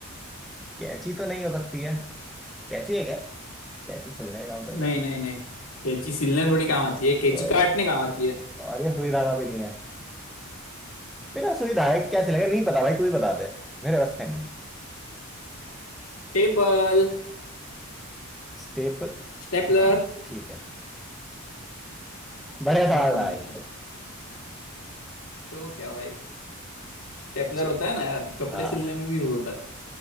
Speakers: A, in the centre; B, on the left.
A: कैंची तो नहीं हो सकती है कैंची है क्या कैंची सिलने के काम तो नहीं
B: नहीं
A: है
B: नहीं नहीं कैंची सिलने थोड़ी काम आती है कैंची
A: वही
B: काटने काम आती है
A: और ये सुई धागा भी नहीं है बिना सुई धागे क्या सिलेगा नहीं पता भाई तू ही बता दे मेरे बस का नहीं है।
B: Tepal
A: स्टेपल
B: stapler
A: हाँ ठीक है बढ़िया सवाल
B: हम्म
A: था भाई
B: तो क्या भाई स्टेपलर
A: च-
B: होता है ना यार कपड़े
A: हाँ
B: सिलने में भी यूज होता है